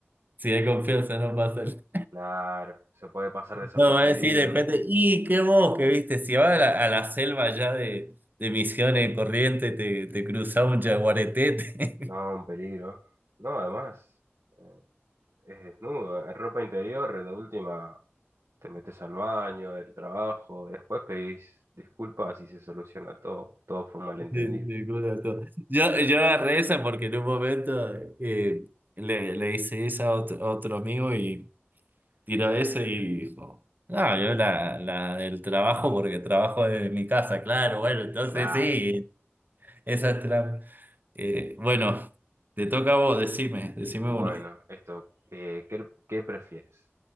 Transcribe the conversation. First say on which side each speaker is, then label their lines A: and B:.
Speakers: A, on the right; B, on the right.
A: Si hay confianza, no pasa. el-
B: Claro, se puede pasar desapercibido.
A: No, va a decir de repente, y qué vos, que viste, si vas a la, a la selva ya de, de Misiones Corrientes, te, te cruzás un jaguareté. <laughs> te-
B: No, un peligro. No, además. eh, es desnudo, en ropa interior, de última te metes al baño, del trabajo, y después pedís disculpas y se soluciona todo. Todo fue un malentendido.
A: te- te <laughs> todo. Yo, yo agarré esa porque en un momento eh, le, le hice esa a otro, a otro amigo y tiró ese y dijo, no, yo la, la del trabajo porque trabajo desde mi casa, claro, bueno, entonces
B: Claro.
A: sí, esa es la... Eh, bueno, te toca a vos, decime, decime
B: Bueno,
A: una.
B: esto, eh, ¿qué, qué prefieres?